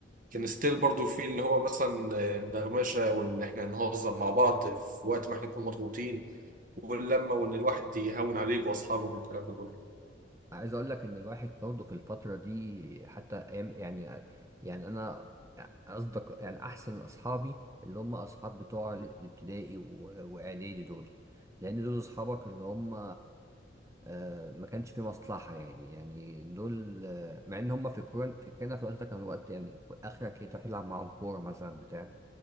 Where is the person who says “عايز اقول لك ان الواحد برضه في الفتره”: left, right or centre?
Right